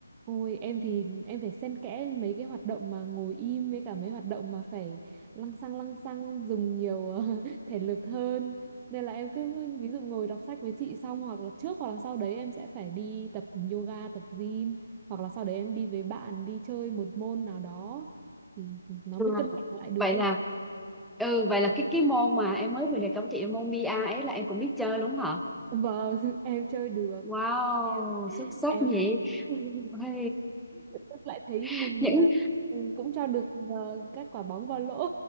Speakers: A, on the right; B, in the centre.
A: Ôi em thì em phải xen kẽ mấy cái hoạt động mà ngồi im với cả mấy hoạt động mà phải lăng xăng lăng xăng dùng nhiều ờ, <laughs> thể lực hơn. Nên là em cứ ví dụ ngồi đọc sách với chị xong hoặc là trước hoặc là sau đấy em sẽ phải đi tập yoga, tập gym hoặc là sau đấy em đi với bạn đi chơi một môn nào đó thì nó
B: Ừ.
A: mới cân bằng lại được
B: vậy
A: ấy.
B: là ừ vậy là cái cái môn mà em mới vừa đề cập chị môn bi-a ấy là em cũng biết chơi luôn hả
A: Vâng, <laughs> em chơi được.
B: wow
A: em
B: xuất sắc
A: em
B: nhỉ
A: <laughs>
B: Ôi,
A: tức lại thấy mình
B: <laughs> những
A: à, ừ, cũng cho được vào các quả bóng vào lỗ